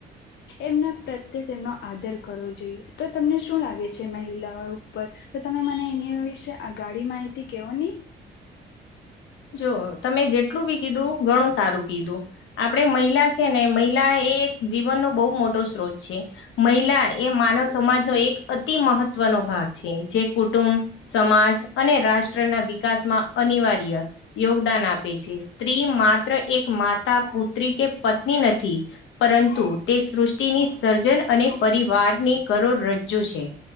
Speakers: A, on the left (about 65°); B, on the left (about 80°).
A: એમના પ્રત્યે તેમનો આદર કરવો જોઈએ, તો તમને શું લાગે છે મહિલાઓ ઉપર તો તમે મને એની વિશે આ ગાડી માહિતી કેવો ની?
B: જો તમે જેટલું બી કીધું ઘણું સારું કીધું આપણે મહિલા છે, ને મહિલા એ જીવનનો બહુ મોટો સ્ત્રોત છે, મહિલા એ માનવ સમાજનો એક અતિ મહત્વનો ભાગ છે, જે કુટુંબ સમાજ અને રાષ્ટ્રના વિકાસમાં અનિવાર્ય યોગદાન આપે છે, સ્ત્રી માત્ર એક માતા પુત્રી કે પત્ની નથી પરંતુ તે સૃષ્ટિની સર્જન અને પરિવારની કરો રજ્જુ છે,